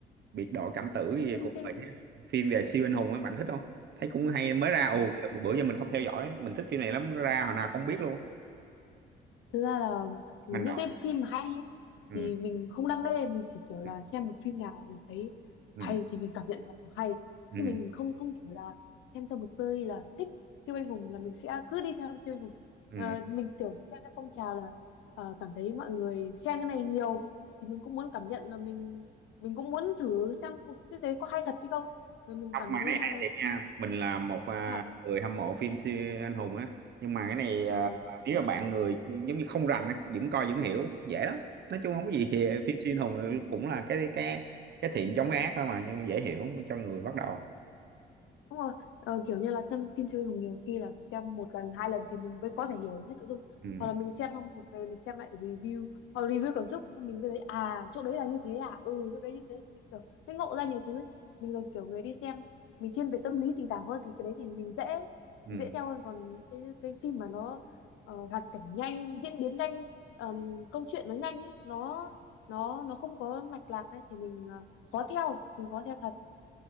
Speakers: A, on the right; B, on the left.
A: Biệt đội cảm tử gì
B: phim
A: cũng
B: phim
A: vậy. á. Phim về siêu anh hùng á bạn thích không? Thấy cũng hay mới ra. Ồ
B: à,
A: bữa giờ mình không theo dõi, mình thích phim này lắm ra hồi nào không biết luôn.
B: thực ra là những
A: Hành động.
B: cái phim mà hay ấy,
A: Ừ.
B: thì mình không đam mê mình chỉ kiểu là
A: Ừ.
B: xem một phim nào mình thấy
A: Ừ.
B: hay thì mình cảm nhận được hay
A: Ừ.
B: chứ mình không không kiểu là xem cho một series là thích siêu anh hùng là mình sẽ cứ đi theo siêu anh hùng
A: ừ.
B: Ờ, mình kiểu xem theo phong trào là ờ, cảm thấy mọi người khen cái này nhiều thì mình cũng muốn cảm nhận là mình mình cũng muốn thử xem cái đấy có hay thật hay không rồi mình
A: Không
B: cảm
A: mà cái
B: thấy
A: này
B: là
A: hay thiệt nha Mình là một à,
B: thế à?
A: người hâm mộ phim siêu anh hùng á Nhưng mà cái này
B: Ờ,
A: à, nếu mà bạn người giống như không rành á Vẫn coi vẫn hiểu dễ lắm Nói chung không có gì thì phim siêu anh hùng là lúc- cũng là cái cái cái thiện chống cái ác thôi mà Nhưng mà dễ hiểu cho người bắt đầu
B: Đúng rồi, ờ, kiểu như là xem phim siêu anh hùng nhiều khi là phải xem một lần, hai lần thì mình mới có thể hiểu được hết nội dung.
A: ừ,
B: Hoặc là mình xem xong mình về mình xem lại review, hoặc là review cảm xúc, xong mình mới thấy à chỗ đấy là như thế à, ừ chỗ đấy như thế thì mình kiểu mình ngộ ra nhiều thứ ấy. Mình là kiểu người đi xem, mình thiên về tâm lý tình cảm hơn thì cái đấy thì mình dễ
A: ừ.
B: mình dễ theo hơn còn cái, cái phim mà nó ờ, hoạt cảnh nhanh, diễn biến nhanh, ờm, câu chuyện nó nhanh ấy, nó nó nó không có mạch lạc ấy thì mình ờ, khó theo, mình khó theo thật